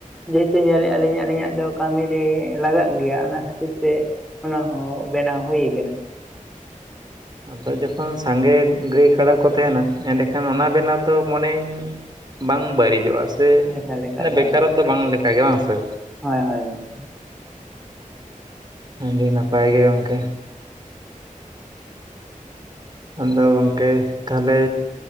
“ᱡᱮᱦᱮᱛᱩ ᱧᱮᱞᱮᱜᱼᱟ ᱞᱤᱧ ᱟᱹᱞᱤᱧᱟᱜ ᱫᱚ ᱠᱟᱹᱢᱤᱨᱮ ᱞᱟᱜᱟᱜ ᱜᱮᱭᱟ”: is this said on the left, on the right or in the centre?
Centre